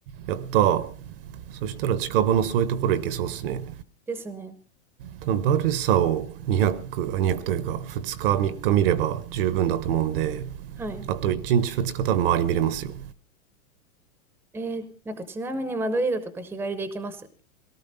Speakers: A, on the right; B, in the centre.
A: やったーそしたら近場のそういうところ行けそうっすね
B: ですね。
A: 多分バルサを200あ200というか2日3日見れば十分だと思うんで
B: はい。
A: あと1日2日多分周り見れますよ
B: えー、なんかちなみにマドリードとか日帰りで行けます